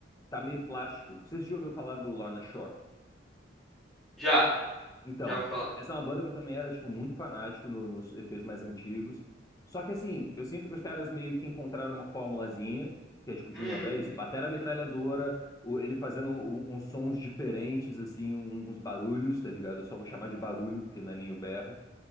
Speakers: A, on the left; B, in the centre.
A: tá meio plástico. Vocês já ouviram falar do Lorna Shore?
B: <laughs> Já,
A: Então,
B: já vou falar.
A: es- essa é uma banda que eu também era, tipo, muito fanático no- nos EPs mais antigos. Só que, assim, eu sinto que os caras meio que encontraram uma formulazinha, que é, tipo, de
B: Hum,
A: novo, é isso, batera metralhadora, o- ele fazendo um- um, uns sons diferentes, assim, um- um, uns barulhos, tá ligado? Eu só vou chamar de barulho, porque não é nem o berro.